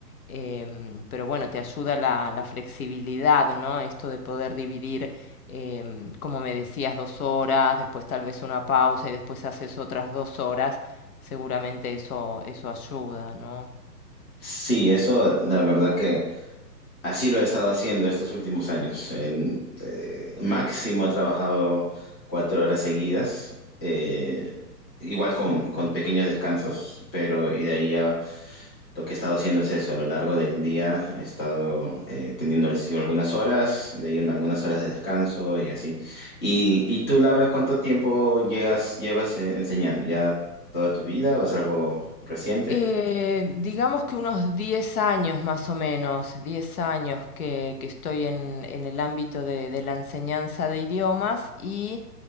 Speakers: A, on the left (about 60°); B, on the left (about 15°).
A: Em, pero bueno, te ayuda la, la flexibilidad, ¿no? Esto de poder dividir, em, como me decías, dos horas, después tal vez una pausa y después haces otras dos horas Seguramente eso, eso ayuda, ¿no?
B: Sí, eso la verdad que así lo he estado haciendo estos últimos años. En, eh, máximo he trabajado cuatro horas seguidas, eh, igual con,
A: Súper.
B: con pequeños descansos, pero y de ahí ya Lo que he estado haciendo es eso, a lo largo del día he estado eh, teniendo el sí algunas horas, de ahí un- algunas horas de descanso y así. Y, y tú, Laura,
A: Sí.
B: ¿cuánto tiempo llegas, llevas eh, enseñando? ¿Ya toda tu vida o es algo reciente?
A: Eh, digamos que unos 10 años más o menos, 10 años que, que estoy en, en el ámbito de, de la enseñanza de idiomas y